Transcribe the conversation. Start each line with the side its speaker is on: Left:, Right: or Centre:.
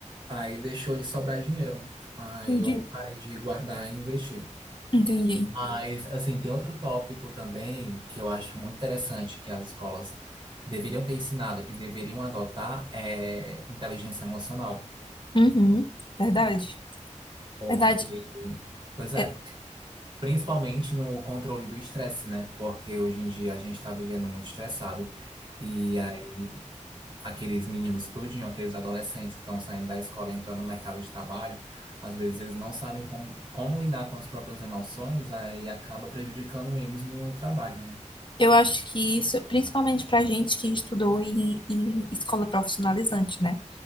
Right: aí deixou de sobrar dinheiro. Aí
Left: entendi,
Right: eu parei de guardar e investir.
Left: entendi.
Right: Mas, assim, tem outro tópico também que eu acho muito interessante que as escolas deveriam ter ensinado e deveriam adotar é inteligência emocional,
Left: Uhum, verdade,
Right: porque,
Left: verdade.
Right: pois é,
Left: É,
Right: principalmente no controle do estresse, né? Porque hoje em dia a gente está vivendo muito estressado e aí aqueles meninos tudinho, aqueles adolescentes que estão saindo da escola e entrando no mercado de trabalho, às vezes eles não sabem como, como lidar com as próprias emoções, aí acaba prejudicando eles no trabalho, né?
Left: eu acho que isso, principalmente para gente que estudou em, em escola profissionalizante, né?